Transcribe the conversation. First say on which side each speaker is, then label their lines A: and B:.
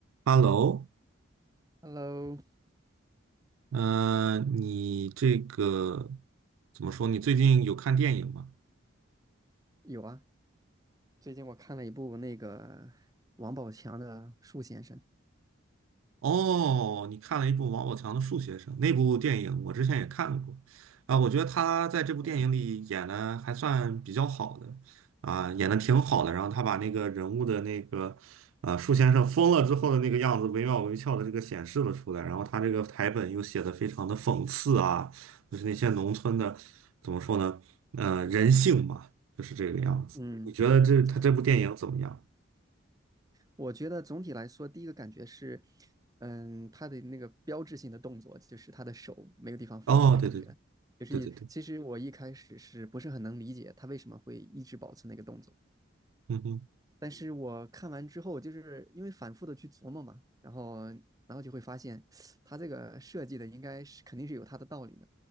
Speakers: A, on the right; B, on the right.
A: Hello，
B: Hello，
A: 呃，你这个怎么说？你最近有看电影吗？
B: 有啊，最近我看了一部那个王宝强的《树先生》。
A: 哦，你看了一部王宝强的《树先生》那部电影，我之前也看过，啊，我觉得他在这部电影里演的还算比较好的，
B: 嗯，
A: 啊，演的挺好的。然后他把那个人物的那个，呃，树先生疯了之后的那个样子，惟妙惟肖的这个显示了出来。然后他这个台本又写的非常的讽刺啊，就是那些农村的，怎么说呢，呃，人性嘛，就是这个样子。
B: 嗯，
A: 你觉得这他这部电影怎么样？
B: 对，我觉得总体来说，第一个感觉是，嗯，他的那个标志性的动作就是他的手没有地方放的感觉。
A: 哦，对对对
B: 就是其实我一开始是不是很能理解他为什么会一直保持那个动作，
A: 对对对，嗯哼，
B: 但是我看完之后，就是因为反复的去琢磨嘛，然后然后就会发现，<sniffs> 他这个设计的应该是肯定是有他的道理的。